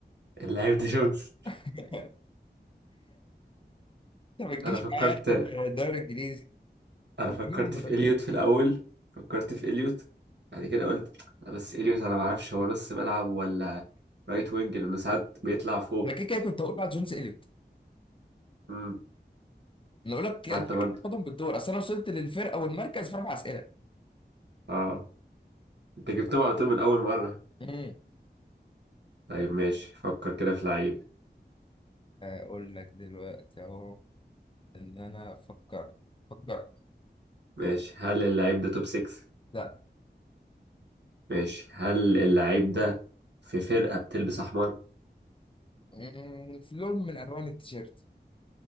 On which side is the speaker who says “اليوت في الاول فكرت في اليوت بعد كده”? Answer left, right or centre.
Right